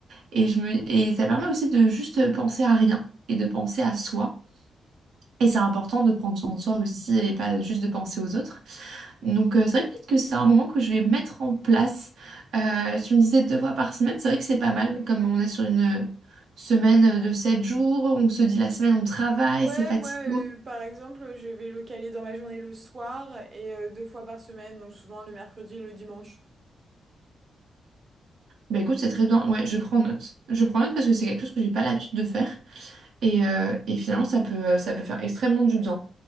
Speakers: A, on the right; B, on the right.
A: et je me et ça permet aussi de juste penser à rien et de penser à soi. Et c'est important de prendre soin de soi aussi et pas juste de penser aux autres. Donc, euh, c'est vrai peut-être que c'est un moment que je vais mettre en place. Euh, tu me disais deux fois par semaine, c'est vrai que c'est pas mal. Comme on est sur une semaine de sept jours, on se dit la semaine on travaille,
B: Ouais,
A: c'est fatigant.
B: moi, euh, par exemple, je vais le caler dans ma journée le soir et euh, deux fois par semaine, donc souvent le mercredi et le dimanche.
A: Bah écoute, c'est très bien. Ouais, je prends note. Je prends note parce que c'est quelque chose que j'ai pas l'habitude de faire. Et, euh, et finalement, ça peut, ça peut faire extrêmement du bien.